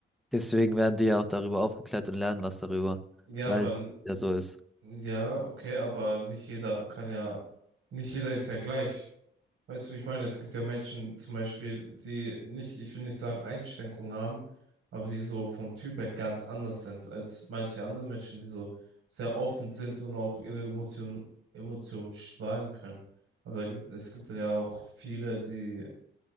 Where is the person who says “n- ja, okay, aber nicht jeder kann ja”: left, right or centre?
Right